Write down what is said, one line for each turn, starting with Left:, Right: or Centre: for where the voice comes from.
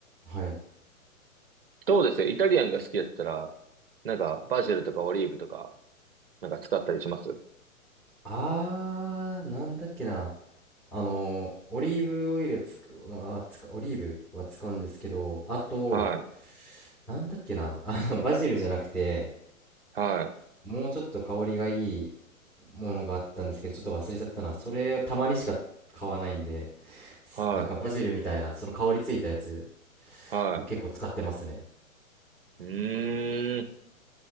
Centre: はい
Right: どうですイタリアンが好きだったら、なんかバジルとかオリーブとか、なんか使ったりします
Centre: あー、なんだっけな。あの、オリーブオイルつく、まあ、つか、オリーブは使うんですけど、あと、
Right: はい。
Centre: なんだっけな。あの、<laughs> バジルじゃなくて、
Right: はい。
Centre: もうちょっと香りがいいものがあったんですけど、ちょっと忘れちゃったな。それをたまにしか買わないんで、すなんかバジルみたいな、
Right: は
Centre: その香りついたやつ
Right: い。
Centre: を結構使ってますね。
Right: はい。うーん。